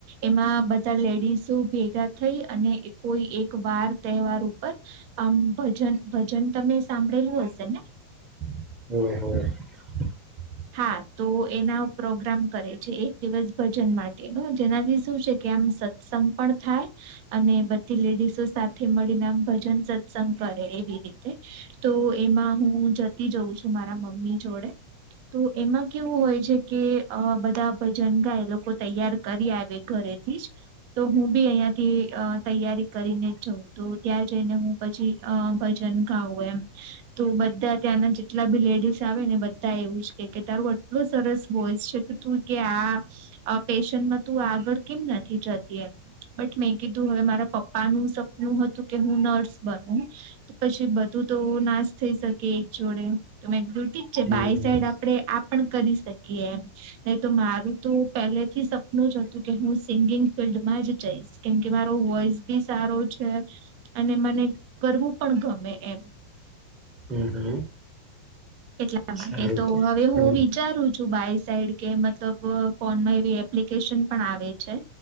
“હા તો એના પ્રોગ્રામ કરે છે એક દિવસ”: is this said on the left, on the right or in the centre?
Right